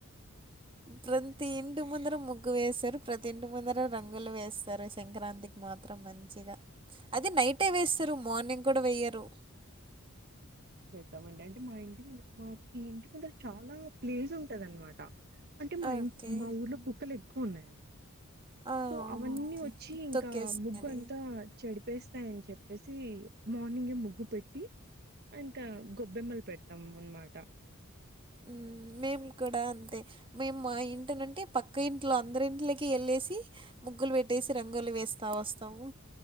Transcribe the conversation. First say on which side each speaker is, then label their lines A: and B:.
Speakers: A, on the right; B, on the right.
A: ప్రతి ఇంటి ముందర ముగ్ గ్గు వేసారు ప్రతి ఇంటి ముందర రంగులు వేసారు సంక్రాంతికి మాత్రం మంచిగా అది నైటే వేస్తారు మార్నింగ్ కూడా వేయరు
B: తవం అంటే మా ఇంటి ముందర మాక్ ఈ ఇంటి ముందర చాలా ప్లేస్ ఉంటది అనమాట అంటే మా
A: ఓకే.
B: ఇం మా ఊర్లో కుక్కలెక్కుఉన్నాయన్నమాట
A: ఆ!
B: సో అవన్నీ
A: ఓకే.
B: వచ్చి ఇంకా
A: తొక్కేస్తాయని.
B: ముగ్గు అంతా చెడిపి ప్పేస్తాయని చెప్పేసి మార్నింగే ముగ్గు పెట్టి ఇంకా గొబ్బెమ్మలు పెడతాం అనమాట
A: ఉ మేము కూడా అంతే మేము మా ఇంటినంటే పక్క ఇంట్లో అందరి ఇంంటికి వెళ్ళేసి ముగ్గులు పెట్టేసి రంగోలీ వేస్తాము వస్తాము